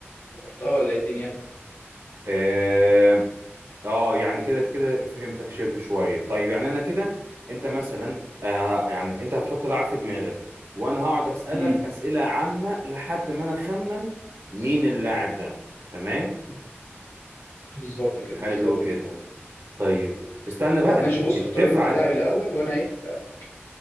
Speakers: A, on the left; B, on the right.
A: افتكرتها ولا ايه الدنيا
B: آه، اه يعني كده كده فهمتك شبه شويه طيب يعني انا كده انت مثلا آه يعني انت هتحط لاعب في دماغك وانا هقعد اسالك
A: امم
B: اسئله عامه لحد ما انا اخمن مين
A: بز-
B: اللاعب ده تمام
A: بالظبط كده
B: حلو
A: بالظبط
B: كده
A: كده
B: طيب استنى بقى
A: طب ماشي بص
B: نتفق
A: اختار انت
B: على-
A: اللاعب الاول وانا ايه هسالك